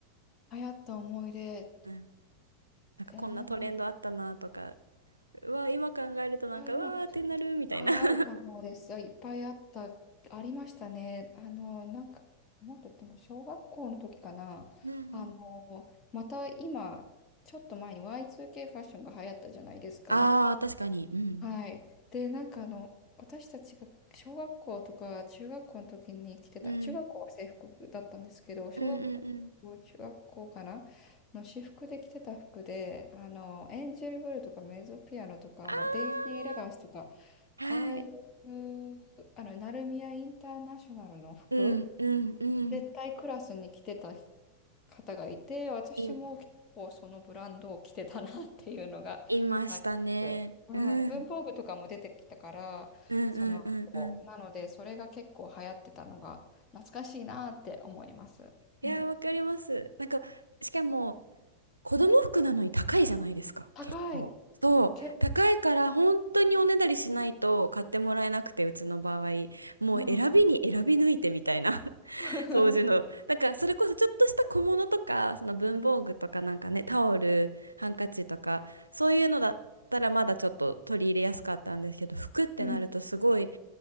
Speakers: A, on the left (about 30°); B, on the right (about 80°).
A: 流行った思い出、
B: うん。なんか、
A: えー、
B: こんなトレンドあったなとか、うわ、今考えるとなんか、
A: あ、今、
B: うわーってなるみたいな
A: あ、
B: <laughs>
A: あるかもです。あいっぱいあった、ありましたね。あの、なんか、もっとでも小学校の時かな。
B: うんうん。
A: あの、また今、ちょっと前に Y2K ファッションが流行ったじゃないですか。
B: ああ、確かに。うん。
A: はい。で、なんかあの、私たちが小学校とか中学校の時に着てた、
B: うん。
A: 中学校は制服だったんですけど、小学校、
B: うんうんうん。
A: 中学校かなの私服で着てた服で、あの、エンジェルブルーとかメゾピアノとか、
B: あ
A: あの、デイジーラバースとか、
B: あ、
A: ああいう、
B: はい。
A: あの、ナルミヤインターナショナルの服、
B: うんうんうん
A: 絶対クラスに着てた方がいて、私も結構そのブランドを着てたなっていうのがあります。
B: い、いましたね。うん。
A: うん、文房具とかも出てきたから、
B: うんうんうんうん。
A: その後、なので、それが結構流行ってたのが懐かしいなって思います。
B: いやー、
A: うん。
B: わかります。なんか、しかも、子供服なのに高いじゃないですか、
A: 高い。
B: 結構。そう。
A: 結構、
B: 高いから、本当におねだりしないと買ってもらえなくて、うちの場合。もう選びに選び抜いてみたいな
A: うんうん。
B: <laughs>
A: <laughs>
B: 当時の。なんか、それこそちょっとした小物とか、その文房具とかなんかね、タオル、ハンカチとか、そういうのだったらまだちょっと取り入れやすかったんですけど、服ってなるとすごい、
A: うん。<laughs>